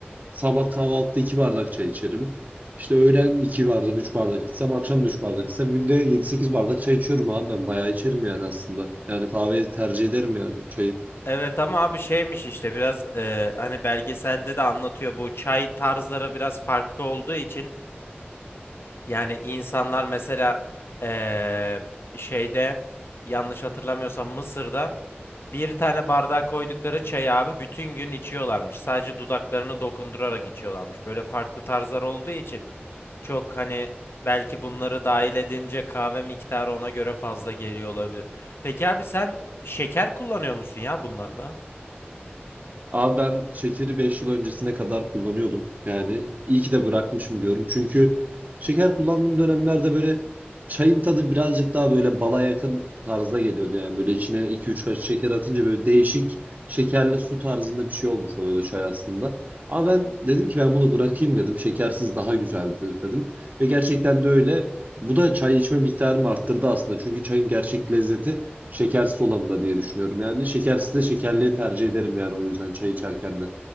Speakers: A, on the right; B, on the left.
A: Sabah kahvaltıda 2 bardak çay içerim. İşte öğlen 2 bardak, 3 bardak içsem, akşam da 3 bardak içsem günde yedi sekiz bardak çay içiyorum abi ben. Bayağı içerim yani aslında. Yani kahveyi tercih ederim yani çayı.
B: Evet ama abi şeymiş işte biraz e, hani belgeselde de anlatıyor bu çay tarzları biraz farklı olduğu için yani insanlar mesela e, şeyde yanlış hatırlamıyorsam Mısır'da Bir tane bardağa koydukları çayı abi bütün gün içiyorlarmış. Sadece dudaklarını dokundurarak içiyorlarmış. Böyle farklı tarzlar olduğu için çok hani belki bunları dahil edince kahve miktarı ona göre fazla geliyor olabilir. Peki abi sen şeker kullanıyor musun ya bunlarda?
A: Abi ben şekeri 5 yıl öncesine kadar kullanıyordum. Yani iyi ki de bırakmışım diyorum. Çünkü şeker kullandığım dönemlerde böyle çayın tadı birazcık daha böyle bala yakın tarzda geliyordu. Yani böyle içine iki üç kaşık şeker atınca böyle değişik şekerli su tarzında bir şey olmuş oluyordu çay aslında. Ama ben dedim ki ben bunu bırakayım dedim. Şekersiz daha güzeldir dedim. Ve gerçekten de öyle. Bu da çay içme miktarımı arttırdı aslında. Çünkü çayın gerçek lezzeti şekersiz olanı da diye düşünüyorum yani. Şekersiz de şekerliye tercih ederim yani o yüzden çay içerken de.